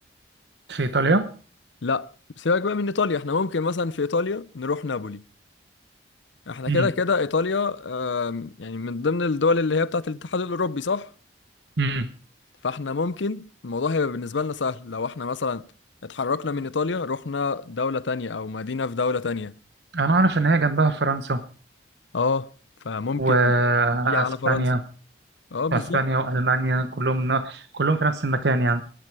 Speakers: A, on the right (about 65°); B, on the left (about 75°).
A: في ايطاليا
B: لا سيبك بقى من ايطاليا احنا ممكن مثلا في ايطاليا نروح نابولي احنا
A: مم.
B: كده كده ايطاليا آم، يعني من ضمن الدول اللي هي بتاعت الاتحاد الاوروبي صح
A: مم.
B: فاحنا ممكن الموضوع هيبقى بالنسبة لنا سهل لو احنا مثلا اتحركنا من ايطاليا رحنا دولة تانية او مدينة في دولة تانية
A: انا اعرف ان هي جنبها فرنسا
B: اه فممكن
A: واسبانيا
B: دي على فرنسا اه بالظبط
A: واسبانيا والمانيا كلهم نا... كلهم في نفس المكان يعني